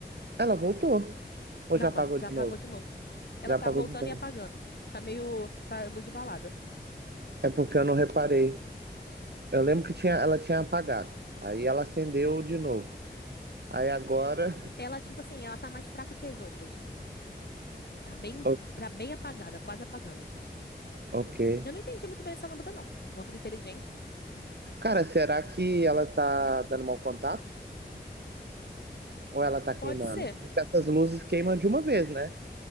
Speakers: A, on the right; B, on the left.
A: Ela voltou. Ou
B: Não,
A: já apagou
B: mas já
A: de
B: apagou
A: novo?
B: de novo. Ela
A: Já
B: tá
A: apagou
B: voltando
A: de novo.
B: e apagando. Tá meio. Tá luz de balada.
A: É porque eu não reparei. Eu lembro que tinha, ela tinha apagado. Aí ela acendeu de novo. Aí agora.
B: Ela, tipo assim, ela tá mais fraca que as outras. Tá bem,
A: <laughs> o-
B: tá bem apagada, quase apagando.
A: Ok.
B: Eu não entendi muito bem essa lâmpada, não. Lâmpada inteligente?
A: Cara, será que ela tá dando mau contato? Ou ela tá queimando?
B: Pode ser.
A: Porque essas luzes queimam de uma vez, né?